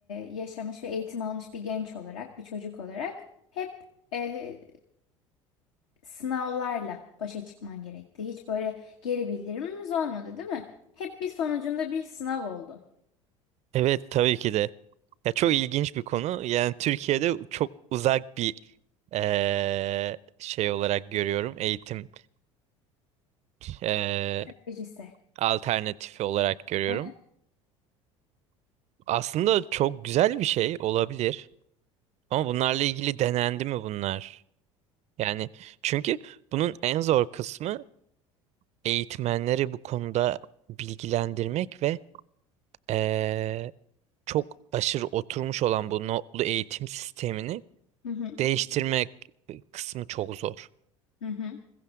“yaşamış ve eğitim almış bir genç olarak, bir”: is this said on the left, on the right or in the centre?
Left